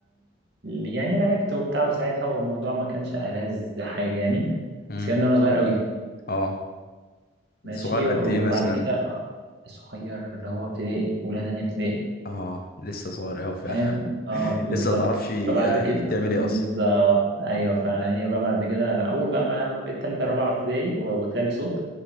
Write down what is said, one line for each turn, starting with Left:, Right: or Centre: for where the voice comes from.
Right: يعني لعبت وبتاع وساعتها والموضوع ما كانش ألذ حاجه يعني
Left: امم
Right: بس الكلام ده وانا صغير قوي
Left: اه
Right: ماشي
Left: صغير قد
Right: وبعد
Left: ايه مثلا
Right: كده صغير اللي هو ابتدائي اولى تانية ابتدائي
Left: اه لسه صغير اوي فعلا
Right: فاهم اه
Left: <laughs>
Right: بالظبط
Left: لسه ما تعرفش آه،
Right: فبعد كده
Left: بتعمل
Right: بالظبط
Left: ايه اصلا
Right: ايوه فهي بقى بعد كده أنا اول بقى ما ما بقيت تالتة رابعة ابتدائي و- وطلع لي صوت